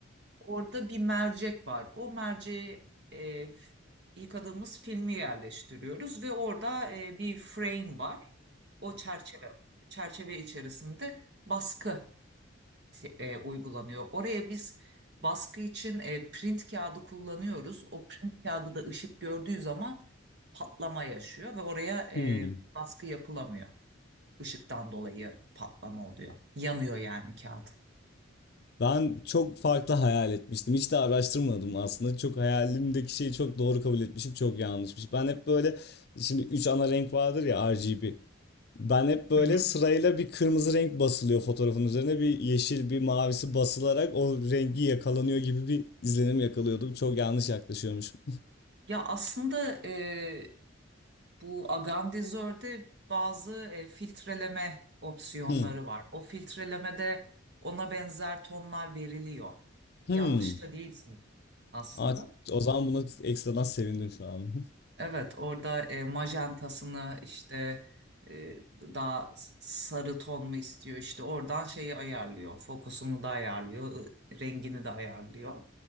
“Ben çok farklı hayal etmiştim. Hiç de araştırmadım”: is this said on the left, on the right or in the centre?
Left